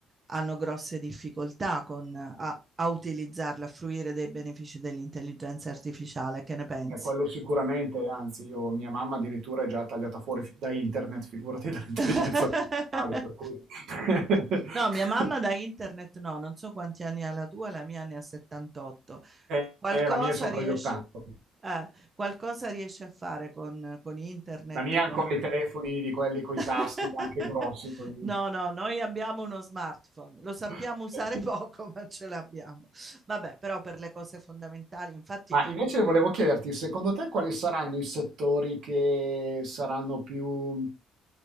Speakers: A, on the right; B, on the right.
A: hanno grosse difficoltà con, a, a utilizzarla, a fruire dei benefici dell'intelligenza artificiale. Che ne pensi?
B: Beh, quello sicuramente, anzi, io, mia mamma addirittura è già tagliata fuori fi- da internet, figurati <laughs> dall'intelligenza
A: <laughs>
B: artificiale, per cui...
A: No, mia mamma
B: <laughs>
A: da internet no, non so quanti anni ha la tua, la mia ne ha 78.
B: Eh,
A: Qualcosa
B: la mia è sopra
A: riesce,
B: gli 80.
A: eh, qualcosa riesce a fare con, con internet,
B: La mia
A: con...
B: ha ancora i telefoni di quelli coi
A: <laughs>
B: tasti, anche grossi così.
A: No, no, noi abbiamo uno smartphone, lo sappiamo
B: <laughs>
A: usare <laughs> poco, ma ce l'abbiamo. Vabbè, però per le cose fondamentali, infatti
B: Ma invece volevo chiederti, secondo te quali saranno i settori che saranno più,